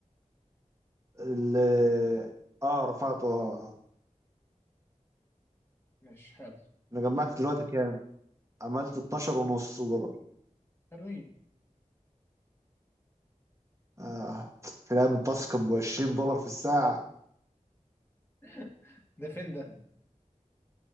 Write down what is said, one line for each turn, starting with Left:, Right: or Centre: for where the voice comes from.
Right: ال اه رفعت اه آه،
Left: ماشي حلو
Right: انا جمعت دلوقتي كام عملت 12 ونص دولار
Left: حلوين
Right: آه. آه، في الايام التاسك ب 20 دولار في الساعه
Left: <laughs> ده فين ده